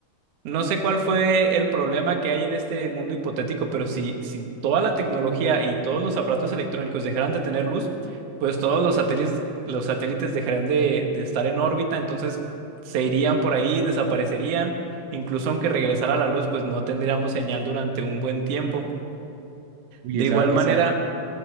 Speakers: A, on the right; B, on the right.
A: no sé cuál fue el problema que hay en este mundo hipotético, pero si, si toda la tecnología y todos los aparatos electrónicos dejaran de tener luz, pues todos los satélites, los satélites dejarían de, de estar en órbita, entonces se irían por ahí, desaparecerían, incluso aunque regresara la luz, pues no tendríamos señal durante un buen tiempo.
B: Y
A: De
B: esa,
A: igual
B: esa,
A: manera,